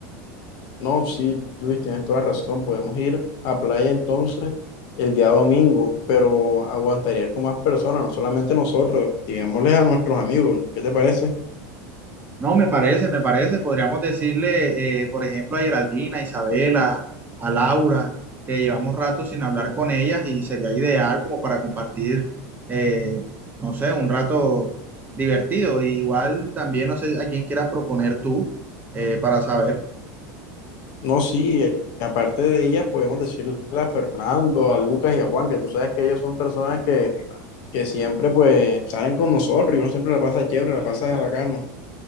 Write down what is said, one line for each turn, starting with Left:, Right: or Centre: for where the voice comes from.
Left: No, sí, Luis, tienes toda la razón. Podemos ir a playa entonces el día domingo, pero aguantaría ir con más personas, no solamente nosotros, digámosles a nuestros amigos. ¿Qué te parece?
Right: No, me parece, me parece. Podríamos decirle, eh, por ejemplo, a Geraldina, a Isabela, a Laura, que llevamos rato sin hablar con ellas y sería ideal como para compartir, eh, no sé, un rato divertido. Y igual también, no sé a quién quieras proponer tú eh, para saber.
Left: No, sí, eh, aparte de ellas, podemos decirle a Fernando, a Lucas y a Juan, que tú sabes que ellos son personas que, que siempre pues salen con nosotros y uno siempre la pasa chévere, la pasa bacano.